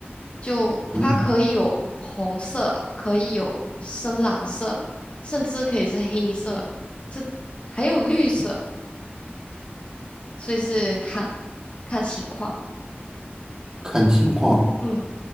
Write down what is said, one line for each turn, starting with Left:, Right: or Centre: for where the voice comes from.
Left: 就它可以有红色，
Right: 嗯，
Left: 可以有深蓝色，甚至可以是黑色，这还有绿色，所以是看看情况。
Right: 看情况
Left: 嗯，